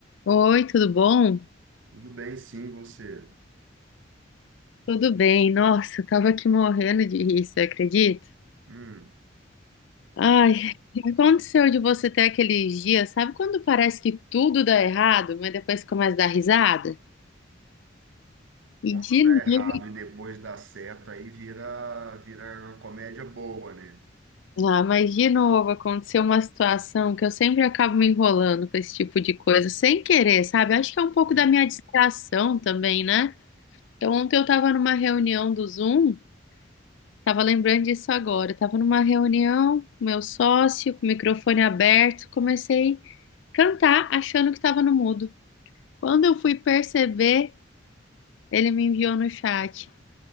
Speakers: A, on the left (about 70°); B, on the right (about 80°).
A: Oi, tudo bom?
B: Tudo bem, sim, você.
A: Tudo bem. Nossa, eu tava aqui morrendo de rir, você acredita?
B: Hum,
A: Ai, o que aconteceu de você ter aqueles dias, sabe quando parece que tudo dá errado, mas depois começa a dar risada? E
B: quando
A: de
B: dá errado
A: novo,
B: e depois dá certo, aí vira, vira uma comédia boa, né?
A: ah, mas de novo aconteceu uma situação que eu sempre acabo me enrolando com esse tipo de coisa, sem querer, sabe? Acho que é um pouco
B: Hum,
A: da minha distração também, né? Então, ontem eu tava numa reunião do Zoom. Tava lembrando disso agora. Eu Tava numa reunião com meu sócio, com o microfone aberto, comecei a cantar achando que tava no mudo. Quando eu fui perceber, ele me enviou no chat.